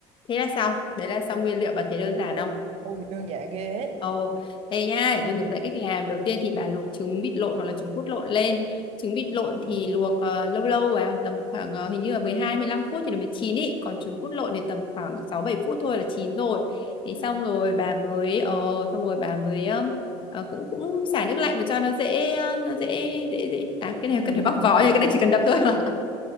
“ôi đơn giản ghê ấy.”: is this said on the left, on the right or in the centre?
Right